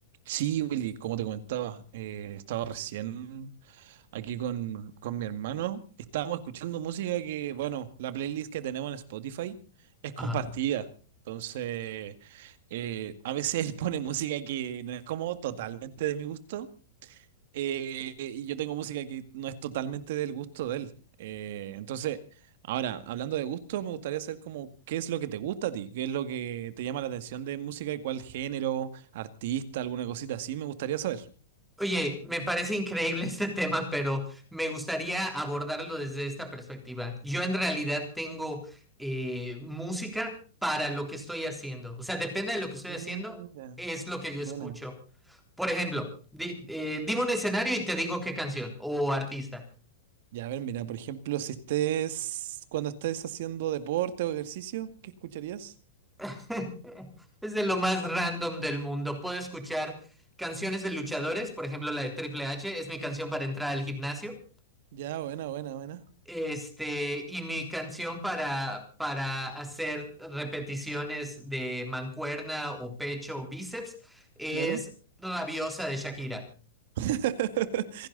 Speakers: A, on the right; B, in the centre.
A: Sí, Willy, como te comentaba, eh, estaba recién aquí con, con mi hermano. Estábamos escuchando música que, bueno, la playlist que tenemos en Spotify es compartida.
B: Ajá.
A: Entonces, eh, a veces <laughs> él pone música que no es como totalmente de mi gusto. Eh, y yo tengo música que no es totalmente del gusto de él. Eh, entonces, ahora, hablando de gusto, me gustaría saber como qué es lo que te gusta a ti, qué es lo que te llama la atención de música y cuál género, artista, alguna cosita así, me gustaría saber.
B: Oye, me parece increíble <laughs> este tema, pero me gustaría abordarlo desde esta perspectiva. Yo en realidad tengo eh, música para lo que estoy haciendo. O sea, depende de lo que estoy
A: Mira,
B: haciendo, es lo que yo escucho.
A: buena.
B: Por ejemplo, di- eh, dime un escenario y te digo qué canción o artista.
A: Ya, a ver, mira, por ejemplo, si estés, cuando estés haciendo deporte o ejercicio, ¿qué escucharías?
B: <laughs> Es de lo más random del mundo. Puedo escuchar canciones de luchadores, por ejemplo, la de Triple H es mi canción para entrar al gimnasio.
A: Ya, buena, buena, buena.
B: Este, y mi canción para, para hacer repeticiones de mancuerna o pecho o bíceps es
A: Claro.
B: Rabiosa de Shakira.
A: <laughs>